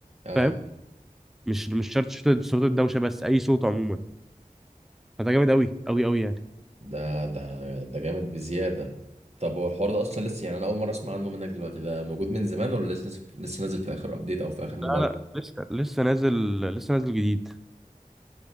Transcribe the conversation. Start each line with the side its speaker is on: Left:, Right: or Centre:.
Right: اه
Centre: فاهم مش مش شرط صوت صوت الدوشه بس اي صوت عموما فده جامد قوي قوي قوي يعني
Right: ده ده ده جامد بزيادة طب هو الحوار ده اصلا لسه يعني انا اول مرة اسمع عنه منك دلوقتي ده موجود من زمان ولا لسه لسه نازل في اخر ابديت او في اخر موبايل
Centre: لا لا لسه لسه نازل لسه نازل جديد